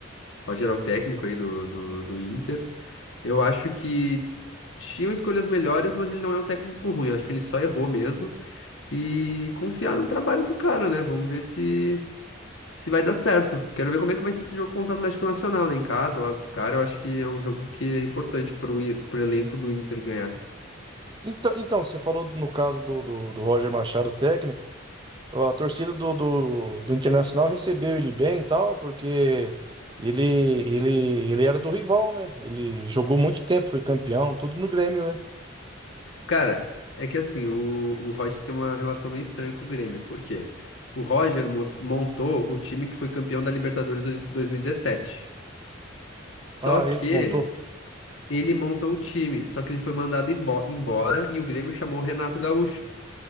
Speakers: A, on the left (about 70°); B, on the right (about 25°).
A: O Roger é o técnico aí do, do, do Inter. Eu acho que tinham escolhas melhores, mas ele não é um técnico ruim. Acho que ele só errou mesmo. E confiar no trabalho do cara, né? Vamos ver se se vai dar certo. Quero ver como é que vai ser esse jogo contra o Atlético Nacional, né? Em casa, lá dos caras. Eu acho que é um jogo que é importante pro, I- pro elenco do Inter ganhar.
B: Então, então, você falou do- no caso do, do, do Roger Machado, técnico, ó, a torcida do, do, do Internacional recebeu ele bem e tal, porque ele, ele, ele era do rival, né? Ele jogou muito tempo, foi campeão, tudo no Grêmio, né?
A: Cara, é que assim, o, o Roger tem uma relação meio estranha com o Grêmio. Por quê? O Roger mo- montou o time que foi campeão da Libertadores dois- 2017. Só
B: Ah,
A: que
B: ele que montou?
A: ele montou o time, só que ele foi mandado imbo- embora e o Grêmio chamou o Renato Gaúcho.